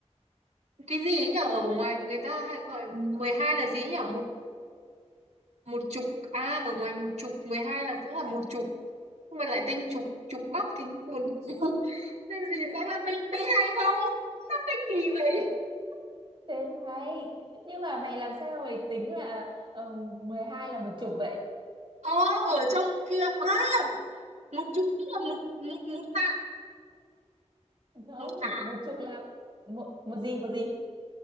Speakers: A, on the right; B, on the right.
A: cái gì ấy nhở ở ngoài người ta hay gọi 12 là gì ấy nhở một chục à ở ngoài một chục 12 là cũng là một chục nhưng mà lại tên chục chục bắc thì buồn <laughs> tên gì ta là tên tên hay không tên kỳ vậy
B: Tê- Tên hay. Nhưng mà mày làm sao mày tính là um, 12 là một chục vậy?
A: ờ ở trong kia à, một chục tức là một một một tạ
B: không
A: một tá
B: một chục là một một gì một gì